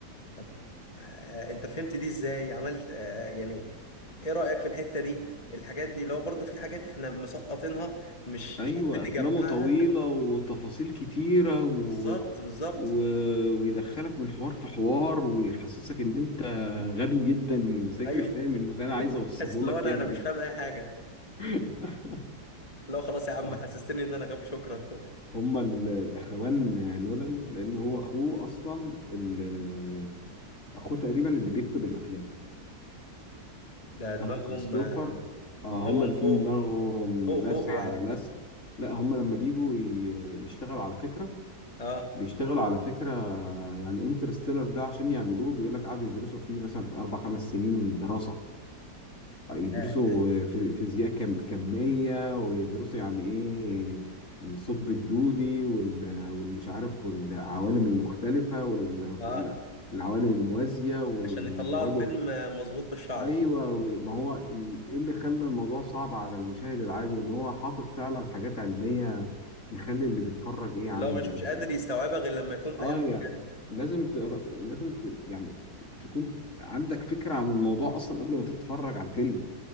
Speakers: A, on the left; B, on the left.
A: طب آه انت فهمت دي ازاي عملت آه يعني ايه رأيك في الحتة دي الحاجات دي اللي هو برضو في حاجات احنا مسقطينها مش مش
B: ايوه
A: عارفين
B: افلامه
A: نجمعها
B: طويله وتفاصيل كتيره
A: <laughs>
B: و...
A: بالظبط بالظبط
B: و... ويدخلك من حوار في حوار ويحسسك ان انت غبي جدا ازيك
A: ايوه
B: مش فاهم اللي انا عايز
A: <laughs>
B: اوصله
A: حاسس اللي
B: لك
A: هو انا
B: يا ابني
A: انا مش فاهم اي حاجه
B: <laughs>
A: اللي هو خلاص يا عم
B: آه،
A: حسستني ان انا غبي شكرا
B: هما ال- الاخوان نولان لان هو اخوه اصلا ال- اخوه تقريبا اللي بيكتب الافلام
A: <laughs> ده دماغهم
B: اخو كريستوفر
A: آه،
B: اه
A: دماغهم
B: هما الاتنين
A: فوق
B: دماغهم
A: فوق فوق
B: لسعة
A: يعني
B: لسع لا هما لما بيجوا ي- يشتغلوا على فكرة
A: اه
B: بيشتغلوا على فكرة يعني انترستيلر ده عشان يعملوه بيقول لك قعدوا يدرسوا فيه مثلا أربع خمس سنين دراسة يدرسوا
A: ياه
B: في- فيزياء كم كمية ويدرسوا يعني إيه الثقب الدودي وال- والمش عارف والعوالم المختلفة والعوالم
A: اه
B: الموازية ويقعدوا
A: عشان يطلعوا الفيلم آه، مظبوط بالشعرة
B: ايوه ما هو ايه اللي خلى الموضوع صعب على المشاهد العادي ان هو حاطط فعلا حاجات علميه يخلي اللي بيتفرج ايه يا عم
A: اللي هو مش
B: ده
A: مش
B: انت
A: قادر يستوعبها غير لما يكون فاهمها
B: اه يا
A: بجد
B: لازم تقرا لازم ت... يعني تكون عندك فكره عن الموضوع اصلا قبل ما تتفرج على الفيلم